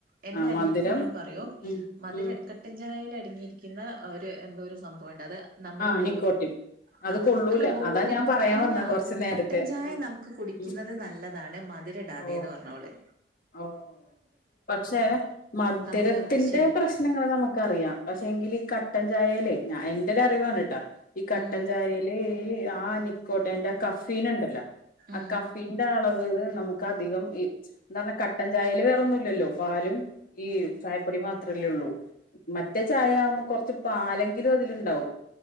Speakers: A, on the right (about 55°); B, on the left (about 55°).
A: എന്റെ
B: ആ
A: അനിയത്തി
B: മധുരം
A: എന്നോട് പറയും
B: ഉം
A: മധുര
B: ഉം
A: കട്ടൻചായേൽകട്ടൻചായേൽ അ ടങ്ങിയിരിക്കുന്ന ആ ഒരു ന്തോരു സംഭവണ്ട് അത് നമ്മുടെ
B: ആ
A: ബോആ
B: നിക്കോട്ടിൻ അത് കൊള്ളൂല
A: നമ്മടെ ബോഡി
B: അതാ ഞാൻ പറയാൻ
A: അല്ല
B: വന്ന കൊറച്ചു നേരത്തെ
A: കട്ടൻ ചായ
B: ആ
A: നമുക്ക് കുടിക്കുന്നത്
B: ഉം
A: നല്ലതാണ് മ ഇടാതെന്ന്
B: ഓ
A: പറഞ്ഞോളെ
B: ഓ പക്ഷേ മധുരത്തിന്റെ
A: നമുക്ക് ശരി
B: പ്രശ്നങ്ങൾ നമുക്ക് അറിയാം പക്ഷെ എങ്കിൽ ഈ ക കട്ടൻചായേല് ഞാ എന്റെ ഒരു അറിവാണാട്ടോ ഈ കട്ടൻ
A: ഉം
B: ചായേല് ആഹ് നിക്കോട്ടെ ന്റെ കഫീൻ ഇണ്ടല്ലോ ആ
A: ഉം
B: കഫീന്റെ അളവ് വ് നമുക്ക് അധികം എന്ത കട്ടൻ ചായേൽ വേറൊന്നുല്ലല്ലോ പാലും ഈ ചായപ്പൊടി മാത്രല്ലേ ഉള്ളൂ മറ്റേ ചായ ആകുമ്പോൾ കൊറച്ച് പാലെങ്കിലും അതില്ണ്ടാവും